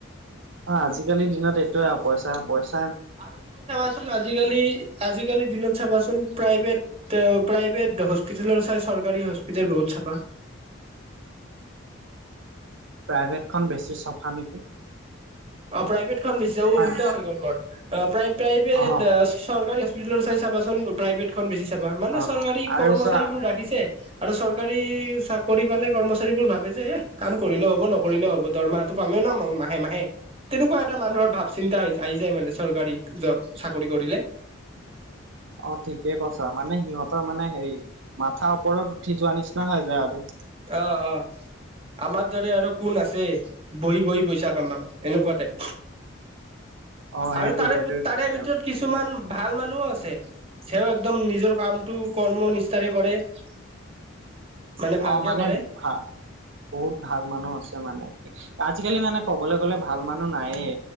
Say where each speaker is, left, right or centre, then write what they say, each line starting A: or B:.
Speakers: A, on the right; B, on the right.
A: অ আজিকালিৰ দিনত এইটোয়ে আৰু পইচা, পইচ-
B: আৰু তুমি চাবাচোন আজিকালি, আজিকালি দিনত চাবাচোন প্ৰাইভেট টোৱে প্ৰাইভেট হস্পিতেলৰ চাই চৰকাৰী হস্পিতেল বহুত চাফা।
A: প্ৰাইভেট খন বেছি চফা নেকি?
B: অ প্ৰাইভেট খন বেছি যাব
A: হয়
B: উল্টা হৈ গ'ল, মোৰ প্ৰ প্ৰাইভেট
A: অ
B: চৰকাৰী হস্পিতালত চাই চাবা চোন প্ৰাইভেট খন বেছি চাবা মানে
A: অ
B: চৰকাৰী
A: আৰু
B: কৰ্মচাৰীবোৰ
A: চোৱা
B: ৰাখিছে। আৰু চৰকাৰী চাকৰি পালে কৰ্মচাৰী বোৰ ভাবে যে এ কাম কৰিলেও হ'ব নকৰিলেও হ'ব। দৰমহা টো পামে ন ম মাহে মাহে। তেনেকুৱা এটা মানুহৰ
A: অ
B: ভাব চিন্তা হৈ আহি যায়, মানে চৰকাৰী জ চাকৰি কৰিলে।
A: অ ঠিকে কৈছা মানে সিহঁতৰ মানে হেৰি মাথা ওপৰত উঠি যোৱা নিচিনা হৈ যায় আৰু।
B: অ অ, আমাৰ দৰে আৰু কোন আছে বহি বহি পইচা কামাম। এনেকুৱা টাইপ
A: অ
B: আৰু
A: সেইটো
B: তাৰে,
A: সেইটো
B: তাৰে
A: চিষ্টেম।
B: ভিতৰত কিছুমান ভাল মানুহো আছে। চেঅ একদম নিজৰ কামটো কৰ্মনিষ্ঠাৰে কৰে। <inaudible> ভালকে
A: অ মানে
B: কৰে
A: ভা বহুত ভাল মানুহ আছে মানে কি আজিকালি মানে কবলৈ গ'লে ভা- ভাল মানুহ নাইয়ে